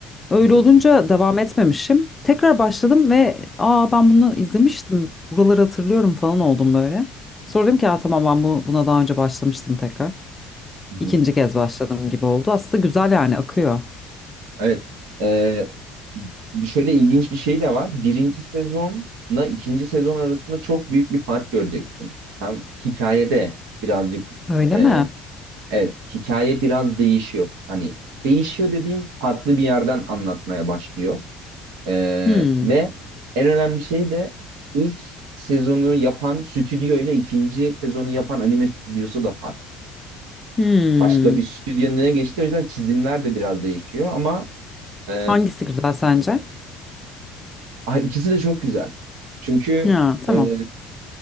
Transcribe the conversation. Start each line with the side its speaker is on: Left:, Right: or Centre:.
Left: Öyle
Right: hı hı.
Left: olunca devam etmemişim. Tekrar başladım ve aa ben bunu izlemiştim buraları hatırlıyorum falan oldum böyle. Sonra dedim ki "Aa, tamam ben bu, buna daha önce başlamıştım tekrar.
Right: Hı
Left: İkinci
Right: hı.
Left: kez başladım gibi oldu. Aslında güzel yani akıyor.
Right: Evet. Ee, bir şöyle ilginç bir şey de var. Birinci sezonla ikinci sezon arasında çok büyük bir fark göreceksin. Tamam mı? Hikayede birazcık
Left: Öyle
Right: e,
Left: mi?
Right: evet hikaye biraz değişiyor. Hani değişiyor dediğim farklı bir yerden anlatmaya başlıyor. Ee,
Left: Hmm.
Right: ve en önemli şey de ilk sezonu yapan stüdyo ile ikinci sezonu yapan anime stüdyosu da farklı.
Left: Hmm.
Right: Başka bir stüdyonun önüne geçti. O yüzden çizimler de biraz değişiyor ama e,
Left: Hangisi güzel sence?
Right: ah, ikisi de çok güzel. Çünkü
Left: Ya tamam.
Right: e,